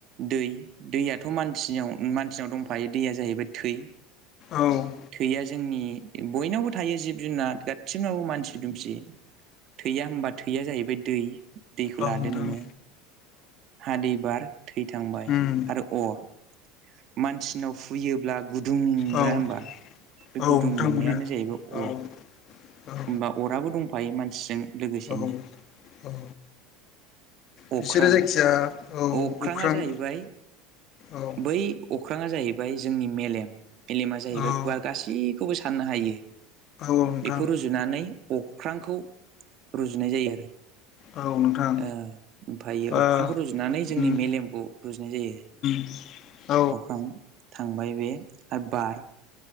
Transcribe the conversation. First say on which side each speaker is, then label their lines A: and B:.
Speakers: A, on the right (about 45°); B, on the left (about 45°).
A: दै दैयाथ मानसि मानसिनाव दंफायो दैया जाहैबाय थै
B: औ।
A: थैया जोंनि बयनावबो थायो जिब जुनार थिंनावबो मानसि दुमसि थैया होनबा थैया जाहैबाय दै दैखौ
B: नोंथां
A: लादो नोङो
B: औ
A: हा दै‌ बार थै थांबाय
B: उम
A: आरो अर मानसि सिनाव हुयोब्ला गुदुं मोना
B: औ
A: होमबा
B: औ
A: बे
B: नोंथां
A: गुदुं मोननायानो
B: मोनो
A: जाहैबाय
B: औ
A: अर।
B: औ
A: होमबा अराबो दंफायो मानसिजों लोगोसेनो
B: औ औ।
A: अख्रां
B: बिसोरो जायखिजाया औ
A: अख्रांङा
B: अख्रां
A: जाहैबाय
B: औ औ
A: बै अ अख्राङा जाहैबाय जोंनि मेलेम मेलेमा जाहैबाय
B: औ
A: गुवार गासैखौबो साननो हायो
B: औ नोंथां
A: बेखौ रुजुनानै अख्रांखौ रुजुनाय जायो आरो
B: औ नोंथां
A: ओ ओमफायो
B: ओ
A: अख्रांखौ रुजुनानै जोंनि
B: उम
A: मेलेमखौ रुजुनाय जायो।
B: <unintelligible>
A: अख्रां थांबाय बे। आरो बार